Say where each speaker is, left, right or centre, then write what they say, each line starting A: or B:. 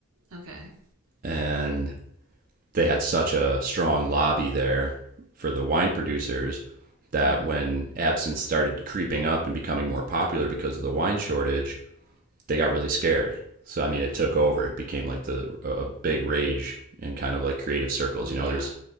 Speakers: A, on the right; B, on the right.
A: Okay.
B: And they had such a strong lobby there for the wine producers that
A: Mm hmm.
B: when absinthe started creeping up and becoming more popular because of the wine shortage, they got really scared. So, I mean, it took over. It became like the a big rage in kind of like creative circles.
A: Well,
B: You
A: yeah.
B: know, there's